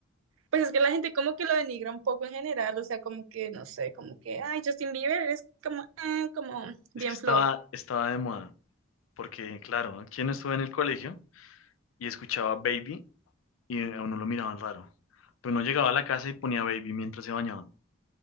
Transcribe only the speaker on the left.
Es que estaba,
estaba de moda, porque claro, ¿quién estuvo en el colegio y escuchaba Baby y a uno lo miraban raro. Pues no llegaba a la casa y ponía Baby mientras se bañaban,